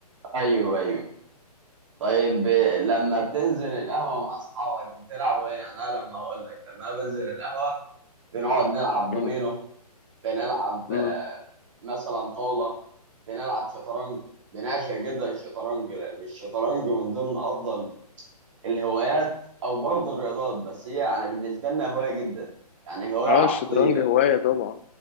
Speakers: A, on the right; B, on the left.
A: ايوه ايوه طيب آه، لما بتنزل القهوه مع اصحابك بتلعبوا ايه يعني انا لما اقول لك لما بنزل القهوه بنقعد نلعب
B: مم.
A: دومينو بنلعب
B: مم.
A: آه، مثلا طاوله بنلعب شطرنج بنعشق جدا الشطرنج لان الشطرنج من ضمن افضل الهوايات او برضه الرياضات بس هي يعني بالنسبه لنا هوايه جدا يعني هوايه
B: اه
A: عقليه
B: الشطرنج هواية طبعا